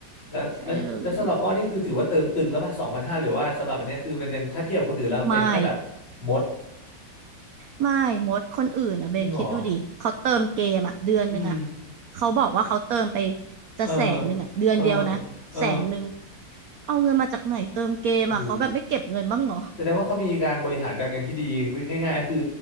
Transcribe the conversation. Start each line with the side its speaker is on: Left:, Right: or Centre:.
Left: แล้วแล้วนี่แล้วสำหรับอ้อนี่คือถือว่าเติมตึงแล้วป่ะสองพันห้าหรือว่าสำหรับอันเนี้ยคือมันยังถ้าเทียบคนอื่นแล้วมันเป็นแค่แบบ
Right: ใช่เลยไม่
Left: มด
Right: ไม่มดคนอื่นอ่ะเบนคิดดูดิเขาเติมเกมอ่ะเดือนหนึ่งอ่ะ
Left: จริงเหรออืม
Right: เขาบอกว่าเขาเติมไปจะแสนหนึ่งอ่ะเดือนเดียวนะแสนหนึ่ง
Left: เออเออเออ
Right: เอาเงินมาจากไหนเติมเกมอ่ะเขาแบบไม่เก็บเงินบ้างเหรอ
Left: โอ้โห แสดงว่าเขามีการบริหารการเงินที่ดีวิธีง่ายๆก็คือ